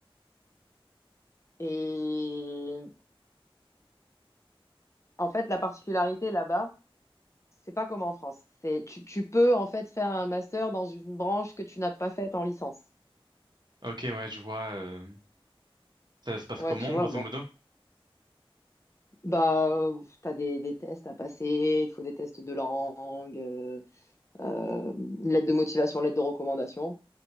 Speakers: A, on the left; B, on the right.
A: et en fait, la particularité là-bas, c'est pas comme en France. C'est tu, tu peux en fait faire un master dans une branche que tu n'as pas faite en licence.
B: Ok, ouais, je vois. euh, Ça se passe
A: Ouais,
B: comment,
A: tu vois,
B: grosso
A: bon.
B: modo?
A: Bah, euh, t'as des, des tests à passer, il faut des tests de langue, euh, euh, une lettre de motivation, lettre de recommandation.